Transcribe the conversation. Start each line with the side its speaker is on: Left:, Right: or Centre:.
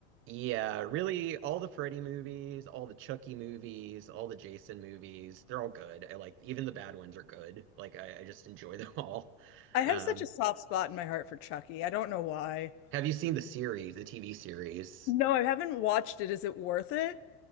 Right: yeah, really all the Freddy movies, all the Chucky movies, all the Jason movies, they're all good. I like even the bad ones are good. Like I, I just enjoy <laughs> them all.
Left: I have
Right: Um,
Left: such a soft spot in my heart for Chucky. I don't know why.
Right: Have you seen the series, the TV series?
Left: No, I haven't watched it. Is it worth it?